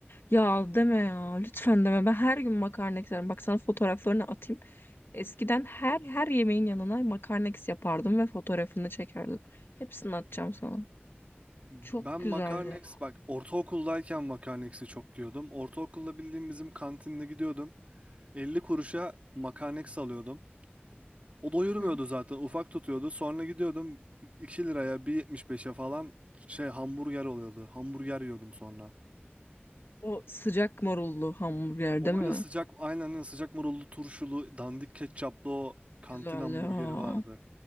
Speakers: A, on the left (about 65°); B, on the right (about 35°).
A: Ya deme ya. Lütfen deme. Ben her gün makarna isterim. Bak sana fotoğraflarını atayım. Eskiden her her yemeğin yanına makarna eks yapardım ve fotoğrafını çekerdim. Hepsini atacağım sana.
B: Ben
A: Çok güzel
B: Makarnex
A: ya.
B: bak ortaokuldayken Makarnex'i çok yiyordum. Ortaokulda bildiğim bizim kantinde gidiyordum. 50 kuruşa Makarnex alıyordum. O doyurmuyordu
A: Hı.
B: zaten ufak tutuyordu. Sonra gidiyordum iki liraya bir yetmiş beşe falan şey hamburger oluyordu. Hamburger yiyordum sonra.
A: O sıcak marullu hamburger
B: O
A: değil mi?
B: böyle sıcak aynen öyle sıcak marullu turşulu dandik ketçaplı o kantin
A: Güzel
B: hamburgeri
A: ya.
B: vardı.